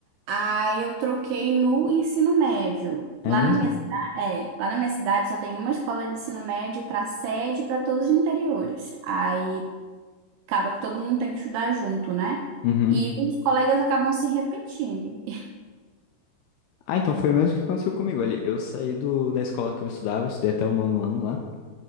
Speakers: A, on the right; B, on the left.
A: Aí eu troquei no ensino médio. Lá
B: É mesmo?
A: na minha cidade, é, lá na minha cidade só tem uma escola de ensino médio para sede e para todos os interiores. Aí acaba que todo mundo tem que estudar junto, né?
B: Uhum.
A: E os colegas acabam se repetindo. <laughs>
B: Ah, então foi o mesmo que aconteceu comigo ali. Eu saí do, da escola que eu estudava, eu estudei até o nono ano lá.